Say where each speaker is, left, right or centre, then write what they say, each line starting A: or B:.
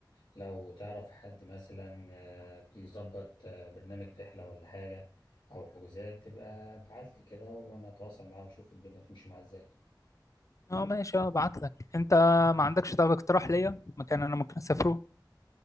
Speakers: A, on the left; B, on the left.
A: لو تعرف حد مثلا آه، بيظبط آه، برنامج رحلة ولا حاجة أو حجوزات تبقى ابعتلي كده وأنا أتواصل معاه وأشوف الدنيا تمشي معاه إزاي
B: اه ماشي اه ابعت لك انت ما عندكش طب اقتراح ليا مكان انا ممكن اسافره